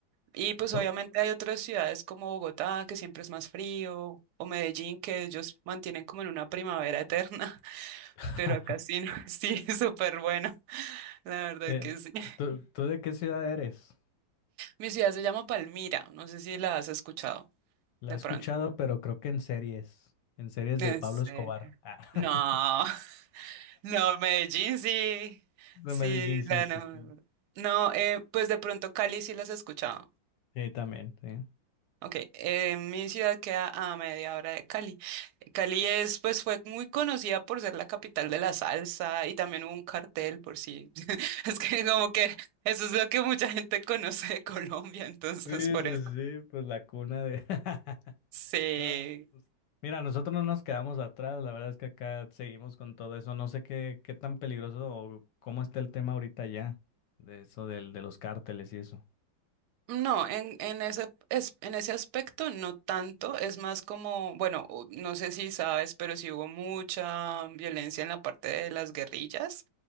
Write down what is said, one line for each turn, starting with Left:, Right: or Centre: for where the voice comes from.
Right: Y pues
Left: ¿Tú,
Right: obviamente hay otras ciudades como Bogotá, que siempre es más frío, o Medellín, que ellos mantienen como en una primavera eterna, <laughs>
Left: <laughs>
Right: pero acá sí, no, <laughs> sí, súper bueno, la verdad
Left: Eh,
Right: que sí. <laughs>
Left: ¿tú- tú de qué ciudad eres?
Right: Mi ciudad se llama Palmira, no sé si la has escuchado
Left: La
Right: de
Left: he escuchado,
Right: pronto.
Left: pero creo que en series, en series
Right: ¿En
Left: de Pablo
Right: serio?
Left: Escobar. Ah,
Right: No,
Left: <laughs>
Right: <laughs> no, Medellín sí,
Left: De
Right: sí,
Left: Medellín, sí,
Right: la
Left: sí,
Right: no.
Left: sí.
Right: No, eh, pues de pronto Cali sí las he escuchado.
Left: sí, también, sí.
Right: Ok, eh, mi ciudad queda a media hora de Cali. Cali es, pues, fue muy conocida por ser la capital de la salsa y también hubo un cartel por si. <laughs> Es que como que eso es lo que mucha gente conoce de Colombia, entonces
Left: Sí,
Right: por
Left: sí,
Right: eso.
Left: sí, pues la cuna de... <laughs>
Right: Sí.
Left: No, mira, nosotros no nos quedamos atrás, la verdad es que acá seguimos con todo eso. No sé qué, qué tan peligroso o cómo está el tema ahorita ya, de eso del, de los cárteles y eso.
Right: No, en, en ese, es- en ese aspecto no tanto, es más como, bueno, u- no sé si sabes, pero sí hubo mucha violencia en la parte de las guerrillas.